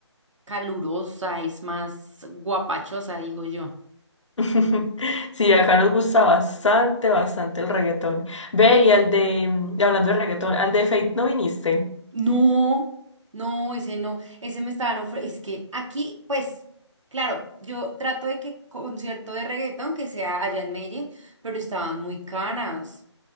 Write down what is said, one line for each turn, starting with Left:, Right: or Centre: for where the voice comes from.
Right: calurosa, es más guapachosa, digo yo.
Left: <laughs> Sí, acá nos gusta bastante, bastante el reggaetón. Ve, y al de, mm, hablando de reggaetón, al de Fate no viniste.
Right: No, no, ese no, ese me estaban ofreciendo. Es que aquí, pues, claro, yo trato de que concierto de reggaetón que sea allá en Medellín, pero estaban muy caras.